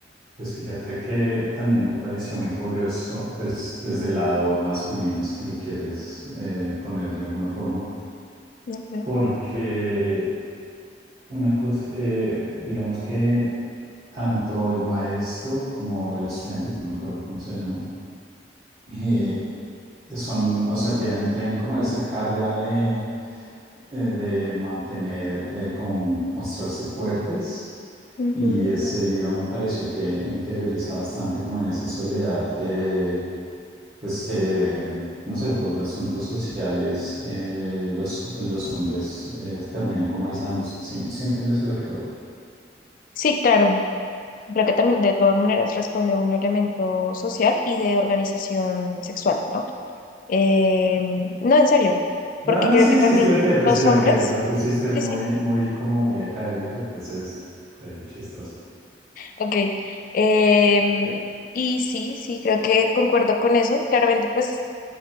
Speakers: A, on the right; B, on the left.
A: pues fíjate que también me pareció muy curioso, pues desde el lado masculino, si lo quieres eh, poner de alguna forma,
B: ok.
A: porque una cosa, eh, digamos que tanto el maestro como el estudiante, que no me acuerdo cómo se llama, eh, son, o sea, tienen, tienen como esa carga de, eh, de mantener, eh, como mostrarse fuertes.
B: Ujú.
A: Y ese libro me pareció que interioriza bastante como en esa soledad que, pues que, no sé, por asuntos sociales, eh, los, los hombres eh, terminan como aislándose. ¿Sí, sí entiendes a lo que voy?
B: Sí, claro. Creo que también de todas maneras responde a un elemento social y de organización sexual, ¿no? Eh, no, en serio,
A: No,
B: porque creo
A: sí,
B: que también
A: sí, sí lo entiendo,
B: los
A: sino
B: hombres,
A: que lo pusiste muy,
B: sí, sí,
A: muy, como muy académico, entonces fue chistoso.
B: Ok. em, y sí, sí, creo que concuerdo con eso. Claramente, pues,